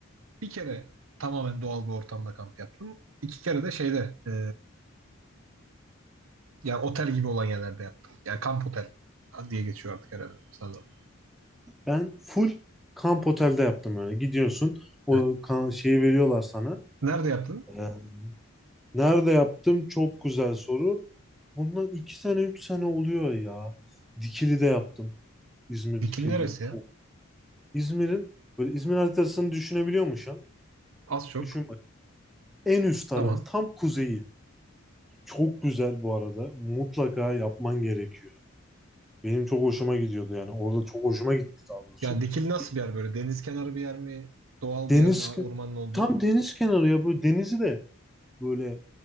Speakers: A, on the right; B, in the centre.
A: Bir kere tamamen doğal bir ortamda kamp yaptım. İki kere de şeyde e, yani otel gibi olan yerlerde yaptım. Yani kamp otel diye geçiyor artık herhalde sanırım.
B: Ben full kamp otelde yaptım yani. Gidiyorsun o
A: Heh.
B: kan- şeyi veriyorlar sana.
A: Nerede yaptın?
B: Ee, Nerede yaptım? Çok güzel soru. Bundan iki sene üç sene oluyor ya. Dikili'de yaptım. İzmir
A: Bikini
B: Dikili'de
A: neresi
B: çok.
A: ya?
B: İzmir'in böyle İzmir haritasını düşünebiliyor musun? şu an?
A: Az çok.
B: Düşün bak. En üst tarafı
A: Tamam.
B: tam kuzeyi. Çok güzel bu arada. Mutlaka yapman gerekiyor. Benim çok hoşuma gidiyordu yani. Orada çok hoşuma gitti daha doğrusu.
A: Yani Dikili nasıl
B: Bir
A: bir yer böyle? Deniz kenarı bir yer mi? Doğal
B: deniz
A: bir yer mi? Ormanın olduğu.
B: tam deniz kenarı ya böyle denizi de böyle